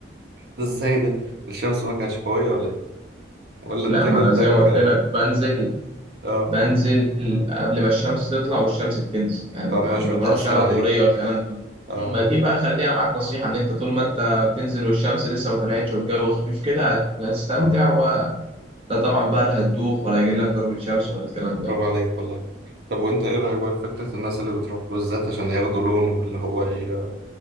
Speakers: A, on the right; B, on the right.
A: ده ازاي ده الشمس ما كانتش قوية ولا ايه ولا
B: لا
A: انت
B: ما
A: جلدك
B: انا زي ما قلت لك بنزل
A: اه
B: بنزل قبل ما الشمس تطلع والشمس بتنزل يعني
A: فمش
B: ما ما
A: بتأثر
B: بروحش انا الدورية
A: عليك
B: والكلام ده
A: اه
B: ما دي بقى خليها معاك نصيحة ان انت طول ما انت بتنزل والشمس لسه ما طلعتش والجو خفيف كده هت- هتستمتع
A: اه
B: وده طبعا بقى لا هتدوخ ولا هيجيلك ضربة شمس ولا الكلام
A: برافو
B: ده
A: عليك والله طب وانت ايه رأيك بقى في فكرة الناس اللي بتروح بالذات عشان ياخدوا لون واللي هو ي-